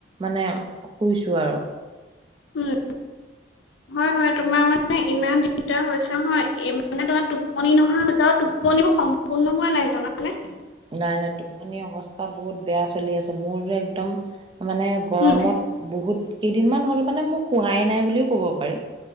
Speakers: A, on the right (about 30°); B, on the left (about 85°).
A: মানে শুইছো আৰু।
B: উম, হয় হয় তোমাৰ মানে ইমান দিগদাৰ হৈছে নহয়, মানে তোমাৰ টোপনি নহা হৈছে। আও টোপ ণিও সম্পূৰ্ণ হোৱা নাই জাননে।
A: নাই নাই টোপনি অৱস্থা বহুত বেয়া চলি আছে মোৰ যে একদম মানে গৰমত
B: উম,
A: বহুত কেইদিনমান হ'ল মানে মোক হোৱাই নাই বুলিও ক'ব পাৰি।